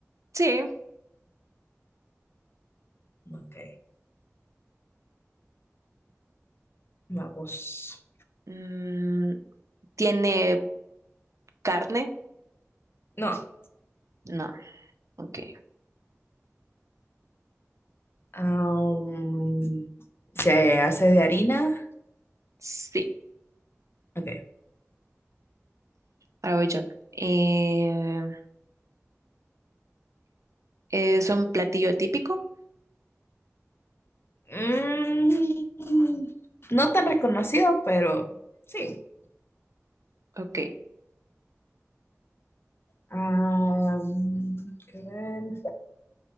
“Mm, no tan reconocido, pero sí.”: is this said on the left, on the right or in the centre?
Left